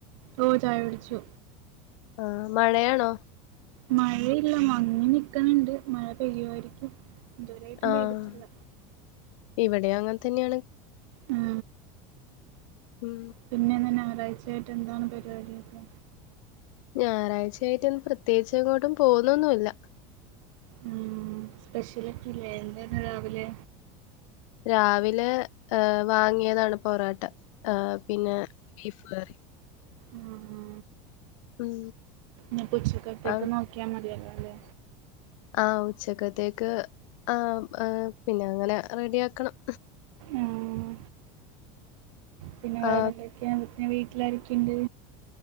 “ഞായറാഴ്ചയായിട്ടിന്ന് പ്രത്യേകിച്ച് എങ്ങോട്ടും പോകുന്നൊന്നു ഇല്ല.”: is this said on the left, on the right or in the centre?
Left